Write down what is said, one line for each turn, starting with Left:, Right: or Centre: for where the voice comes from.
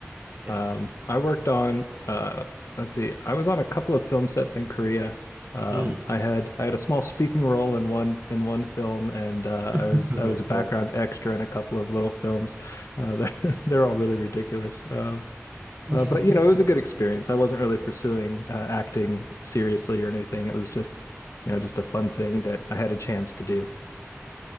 Right: Yeah,
Left: Um, I worked on uh, let's see, I was on a couple of film sets in Korea. Um,
Right: Mm.
Left: I had I had a small speaking role in one in one film, and uh,
Right: <laughs>
Left: I was I
Right: very
Left: was a background
Right: cool.
Left: extra in a couple of little films. Uh, they're, <laughs> they're all really ridiculous. Um,
Right: <laughs> Mhm.
Left: uh, but you know, it was a good experience. I wasn't really pursuing uh, acting seriously or anything. It was just you know just a fun thing that I had a chance to do.